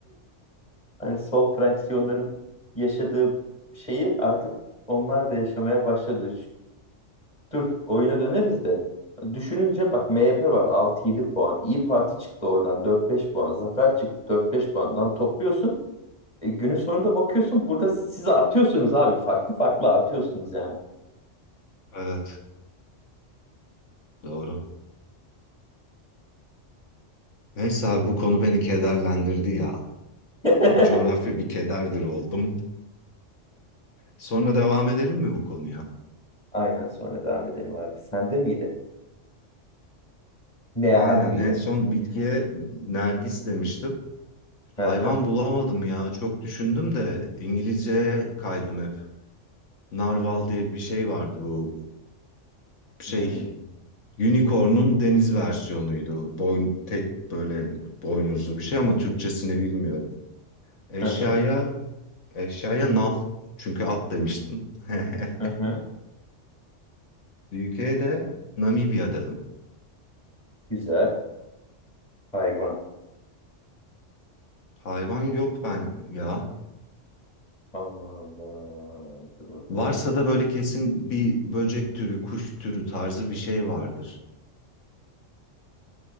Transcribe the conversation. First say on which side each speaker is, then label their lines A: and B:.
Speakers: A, on the left (about 30°); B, on the left (about 80°).
A: hani sol fraksiyonların yaşadığı şeyi artık onlar da yaşamaya başladı. Ş- Dur oyuna döneriz de. Düşününce bak MHP var 6 yedi puan. İyi Parti çıktı oradan dört beş puan. Zafer çıktı dört beş puandan topluyorsun. E, günün sonunda bakıyorsun burada siz artıyorsunuz abi. Farklı farklı artıyorsunuz yani.
B: <laughs> Evet. Doğru. Neyse abi bu konu beni kederlendirdi ya.
A: <laughs>
B: <laughs> Coğrafya bir kederdir oldum. Sonra devam edelim mi bu konuya?
A: Aynen sonra devam edelim abi. Sende miydi? N harfiyle.
B: Aynen en son bitkiye nergis demiştim. Hayvan
A: Hı hı.
B: bulamadım ya. Çok düşündüm de İngilizceye kaydım hep. Narval diye bir şey vardı bu şey
A: Hmm.
B: unicorn'un deniz versiyonuydu. Boyun tek böyle boynuzlu bir şey ama Türkçesini bilmiyorum. Eşyaya
A: Hı hı.
B: eşyaya nal çünkü at demiştim. <laughs>
A: Hı hı.
B: UK'de Namibya dedim.
A: Güzel. Hayvan.
B: Hayvan yok ben ya.
A: Allah Allah. Dur bakalım.
B: Varsa da böyle kesin bir böcek türü, kuş türü tarzı bir şey vardır.